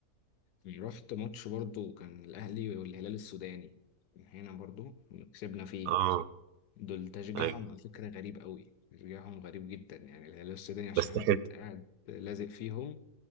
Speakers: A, on the left (about 80°); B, on the right (about 85°).
A: رحت ماتش برضو كان الأهلي والهلال السوداني هنا برضو كسبنا فيه
B: اه
A: دول تشجيعهم
B: أيوة
A: على فكرة غريب قوي تشجيعهم غريب جدا يعني الهلال السوداني عشان
B: بس
A: أنا
B: حلو
A: كنت قاعد لازق فيهم